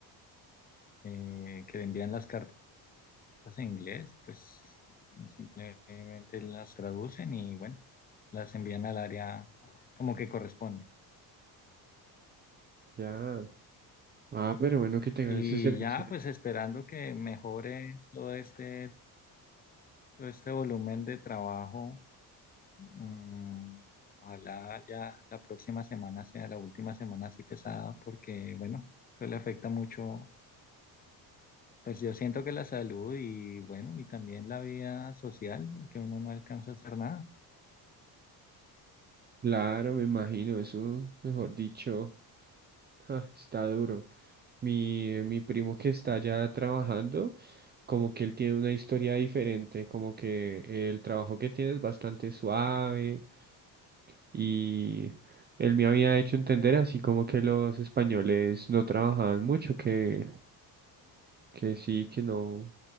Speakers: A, on the left; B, on the right.
A: eh, que envían las cartas. pues, en inglés, pues simplemente las traducen y bueno, las envían al área como que corresponde.
B: Ya. Ah, pero bueno que tengan
A: Y
B: ese servicio.
A: ya,
B: ahí.
A: pues esperando que mejore todo este, todo este volumen de trabajo. mm, ojalá ya la próxima semana sea la última semana así pesada, porque bueno, eso le afecta mucho. Pues yo siento que la salud y bueno, y también la vida social, porque uno no alcanza a hacer nada.
B: Claro, me imagino, eso, mejor dicho, ja, está duro. Mi, mi primo que está ya trabajando, como que él tiene una historia diferente, como que el trabajo que tiene es bastante suave y él me había hecho entender así como que los españoles no trabajaban mucho, que, que sí, que no,